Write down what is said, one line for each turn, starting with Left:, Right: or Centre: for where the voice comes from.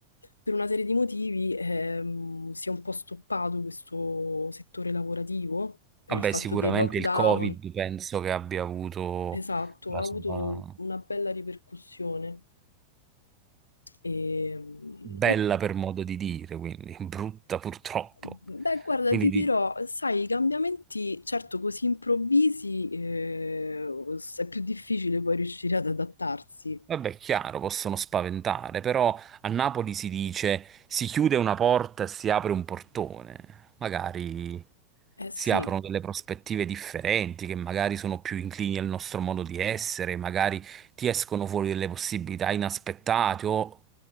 Left: per una serie di motivi ehm, si è un po' stoppato questo settore lavorativo per
Right: Vabbè,
Left: il fatto
Right: sicuramente
Left: del lockdown.
Right: il Covid penso che abbia avuto
Left: Esatto,
Right: la
Left: ha
Right: sua
Left: avuto una bella ripercussione. E,
Right: bella,
Left: e-
Right: per modo di dire, quindi <laughs> brutta purtroppo.
Left: beh, guarda,
Right: Quindi
Left: ti dirò,
Right: di-
Left: sai, i cambiamenti, certo, così improvvisi, eh, è più difficile poi riuscire ad adattarsi.
Right: Vabbè, chiaro, possono spaventare, però a Napoli si dice si chiude una porta e si apre un portone. Magari
Left: Eh sì,
Right: si aprono delle prospettive differenti che magari sono più inclini al nostro modo di essere, magari ti escono fuori delle possibilità inaspettate o